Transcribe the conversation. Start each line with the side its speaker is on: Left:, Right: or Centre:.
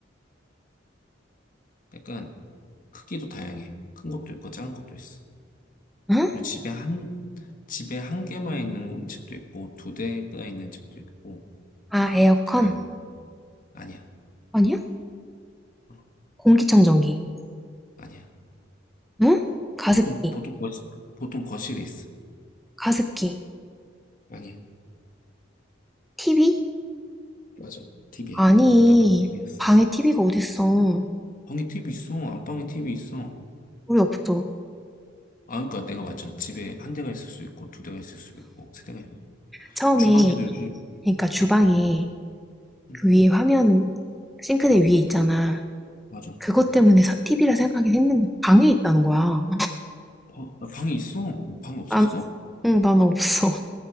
Left: 약간 크기도 다양해. 큰 것도 있고 작은 것도 있어.
Centre: 응?
Left: 그리고 집에 한, 집에 한 개만 있는 집도 있고 두 대가 있는 집도 있고
Centre: 아, 에어컨?
Left: 다 달라. 아니야.
Centre: 아니야?
Left: 어,
Centre: 공기청정기.
Left: 아니야.
Centre: 응? 가습기,
Left: 보통, 보통 거실, 보통 거실에 있어.
Centre: 가습기.
Left: 아니야.
Centre: TV?
Left: 맞아. t v
Centre: 아니,
Left: 정답은 TV였어.
Centre: 방에 TV가 어딨어.
Left: 방에 TV 있어. 안방에 TV 있어.
Centre: 우리 없어.
Left: 아, 그러니까 내가 맞잖아. 집에 한 대가 있을 수 있고 두 대가 있을 수 있고 세 대가 있을 수 있고
Centre: 처음에,
Left: 주방에도 요즘
Centre: 그러니까 주방에
Left: 어, 응,
Centre: 그 위에 화면, 싱크대 위에 있잖아.
Left: 맞아.
Centre: 그것 때문에 TV라 생각하긴 했는데 방에 있다는 거야.
Left: 방, 아, 방에 있어. 방에 없었어?
Centre: 난, 응, 난 없어. <laughs>